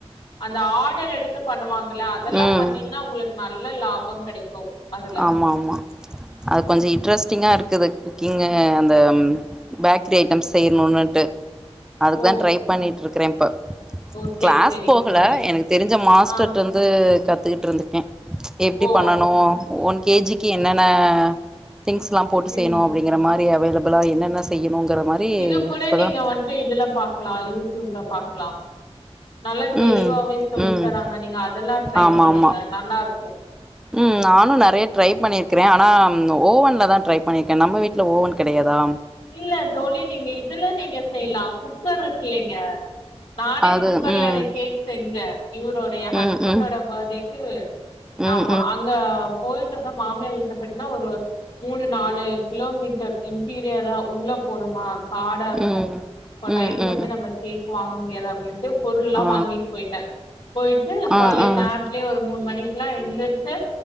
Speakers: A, on the left (about 65°); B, in the centre.
A: அந்த ஆர்டர் எடுத்து பண்ணுவாங்கள அதெல்லா
B: ம்
A: பண்ணீங்கன்னா உங்களுக் நல்ல லாப கெடைக்கு அதுல
B: ஆமா ஆமா அது கொஞ்ச இன்ட்ரெஸ்ட்டிங்கா இருக்குது குக்கிங்கு அந்த ம் பேக்கரி ஐட்டம்ஸ் செய்யணுனுட்டு அதுக்கு
A: ஓ
B: தா ட்ரை பண்ணிட்ருக்குறே இப்ப
A: ஓ சேரி
B: கிளாஸ்
A: சேரிங்க
B: போகல
A: தோழி
B: எனக்கு தெரிஞ்ச மாஸ்டர்ட
A: ஆ
B: இ ருந்து கத்துக்கிட்டு இருந்துருக்கேன் எப்டி
A: ஓ
B: பண்ணணு ஒன் கேஜிக்கு என்னென்ன திங்ஸ்லாம் போட்டு
A: ம்
B: செய்யணும் அப்டிங்கிற மாரி அவைலபள் பளா என்னென்ன செய்யணும்ங்கற மாரி
A: இது கூட
B: இப்பதா
A: நீங்க வன்ட்டு இதுல பாக்கலாம் யூடியூப்ல பாக்கலாம் நல்லா தெளிவாவே
B: ம்
A: சொல்லி
B: ம்
A: தராங்க நீங்க அதெல்லாம் ட்ரை
B: ஆமா
A: பண்ணுங்க
B: ஆமா
A: நல்லாருக்கும்
B: ம் நானும் நெறைய ட்ரை பண்ணியிருக்குறேன் ஆனா ஓவன்ல தான் ட்ரை பண்ணியிருக்கேன் நம்ம வீட்ல ஓவன் கிடையாதா
A: இல்ல தோழி நீங்க இதுல நீங்க செய்யலாம் குக்கர் இருக்கு இல்லைங்க நானே
B: அது
A: குக்கர்ல
B: ம்
A: அன்னிக்கு கேக் செஞ்சேன் இவரோட என் ஹஸ்பண்டோட
B: ம் ம்
A: பர்த்டேக்கு
B: ம்
A: அவ் அங்க போய்ட்டோம்னா மாமியார் வீட்ல போய்ட்டுனா ஒரு மூணு நாலு கிலோமீட்டர் இன்டீரியரா உள்ள போணோமா ஹாடா இருக்கும்
B: ம்
A: இப்ப
B: ம் ம்
A: நைட்
B: ம்
A: வந்து நம்ம கேக் வாங்க முடியாது அப்டின்ட்டு பொருள் எல்லாம்
B: ஆ
A: வாங்கிட் போயிட்டேன் போய்ட்டு காலைல்
B: ஆ ஆ
A: நேரத்துலயே ஒரு மூணு மணிக்குலாம் எழுந்திரிச்சு